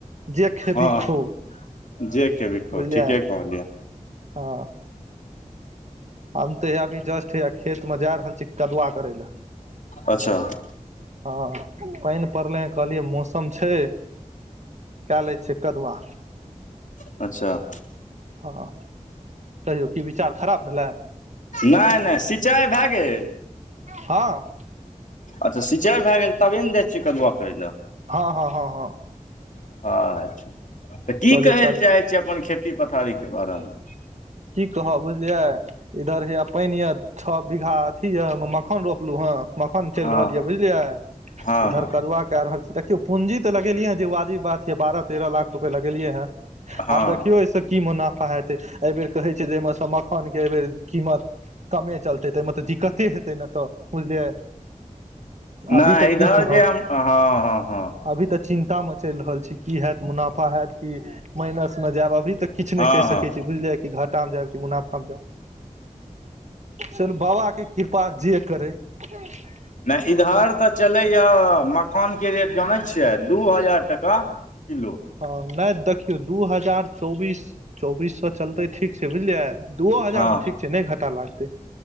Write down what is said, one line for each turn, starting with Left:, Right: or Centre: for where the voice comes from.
Right: जे खेबी
Left: हँ
Right: खो
Left: जे खेबही खो
Right: बुझलिय।
Left: ठीके कहलियै
Right: आ हम त हिया अभी जस्ट हेया खेत मे जा रहल छी, कदुआ करय ले।
Left: अच्छा
Right: हँ पनि परलेहं कहलियै मौसम छै कै लै छिय कदुआ।
Left: अच्छा
Right: हँऽ, कहियौ कि विचार खराब भेलै?
Left: नय नय सिंचाइ भै गेल?
Right: हाँ।
Left: अच्छा सिंचाइ भै गेल, तबे न जाय छिय कदुआ करै लै।
Right: हँ- हँ- हँ- हँ
Left: अछ छा, तऽ कि
Right: कहलियै
Left: कहै
Right: कद
Left: ले चाहै छीय अपन खेती पथारीके बारेमे?
Right: कि कहब बुझलिय इधर हे पानि ये, छ बीघा अथी ये ओ मे मखान रोपलू हन। मखान चलि
Left: हँ
Right: रहल यऽ बुझलियै।
Left: हँ
Right: इधर
Left: हँ
Right: कदुआ कैरहल छी। देखियौ पूंजी तऽ लगेलिय हं, जे वाजिब बात ये बारह तेरह लाख रुपए लगेलिय हेँ।
Left: हँ
Right: आब देखियौ, एहिस की मुनाफा हेतै। एहिबेर कहय छै जे एहिमे स मखानके एहिबेर कीमत कमे चलतै, तऽमे तऽ दिक्कते हेतै ने तऽ बुझलियै।
Left: नाई
Right: अभी तऽ
Left: इधर
Right: की कहब
Left: जे हम हँ-हँ-हँ।
Right: अभी तऽ चिन्ता में चैल रहल छी, की हैऽत? मुनाफा हैऽत की माइनस में जैऽब? भी तऽ किछ
Left: हँ
Right: नैय कैह सकै
Left: हँ
Right: छी बुझलियै। आ में जैऽब कि मुनाफा में जैऽब? चलू बाबा के कृपा जे करै। <unintelligible>
Left: नैय इधर तऽ चलैया मखान के रेट जानैत छियै, दू हजार टका। किलो।
Right: अ नैय देखियौ, दू हजार चौबीस-चौबीस सौऽ चलतै ठीक छै बुझलियै? दूओ हजार
Left: हँ
Right: में ठीक छै, नैय घटा लागतै।